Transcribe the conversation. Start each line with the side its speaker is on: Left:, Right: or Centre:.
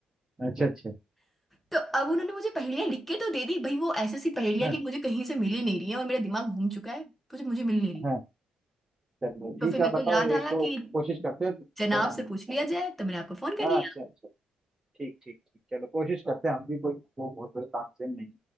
Right: अच्छा अच्छा
Centre: तो अब उन्होंने मुझे पहेलियां लिख के तो दे दी भाई वो ऐसी सी पहेलियां
Right: हाँ
Centre: कि मुझे कहीं से मिल ही नहीं रही है और मेरा दिमाग घूम चुका है मुझे मुझे मिल नहीं रही
Right: हाँ चलो
Centre: तो
Right: ठीक
Centre: फिर मेरे
Right: है बताओ
Centre: को याद
Right: एक
Centre: आया
Right: दो
Centre: कि
Right: कोशिश करते हैं
Centre: जनाब
Right: बताने
Centre: से पूछ
Right: की
Centre: लिया
Right: चलो
Centre: जाए तो मैंने आपको फोन कर
Right: हाँ
Centre: लिया
Right: अच्छा अच्छा ठीक ठीक ठीक चलो कोशिश करते हैं हम भी कोई वो बहुत बड़े तानसेन नहीं है।